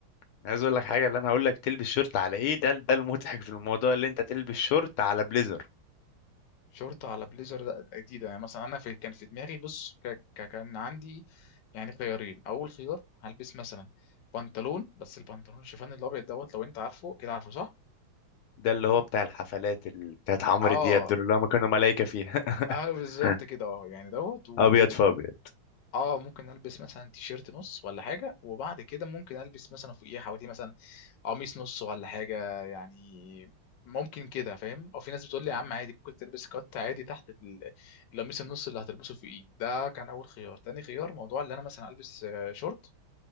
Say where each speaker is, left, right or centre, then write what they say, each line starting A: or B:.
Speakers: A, on the left; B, on the left.
A: أنا عايز اقول لك حاجه اللي انا هقول لك تلبس شورت على ايه ده ده المضحك في الموضوع اللي انت تلبس شورت على بليزر
B: شورت على بليزر ده جديده يعني مثلا انا في كان في دماغي بص ك... ك... كان عندي يعني خيارين اول خيار هلبس مثلا بنطلون بس البنطلون الشيفان الابيض دوت لو انت عارفه كده عارفه صح؟
A: ده اللي هو بتاع الحفلات اللي بتاعت عمرو
B: اه
A: دياب دول اللي هم كانوا ملايكه فيها <laughs>
B: اه بالظبط كده اه يعني دوت و...
A: ابيض فابيض
B: اه ممكن البس مثلا تيشيرت نص ولا حاجه وبعد كده ممكن البس مثلا فوقيه حواليه مثلا قميص نص ولا حاجه يعني ممكن كده فاهم او في ناس بتقول لي يا عم عادي ممكن تلبس كات عادي تحت ال- القميص النص اللي هتلبسه فوقيه ده كان اول خيار تاني خيار موضوع اللي انا مثلا البس آه، شورت